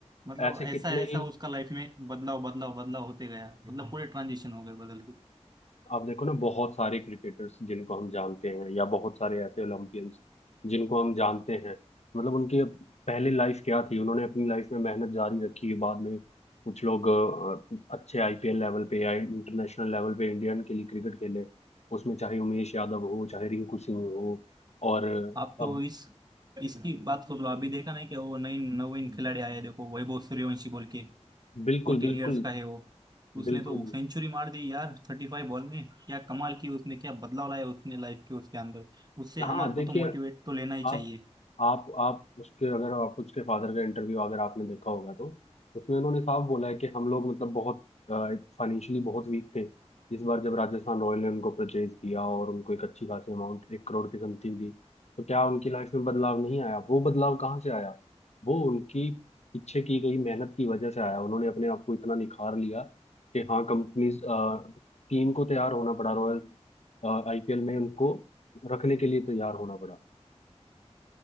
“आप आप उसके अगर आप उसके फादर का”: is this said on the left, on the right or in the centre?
Left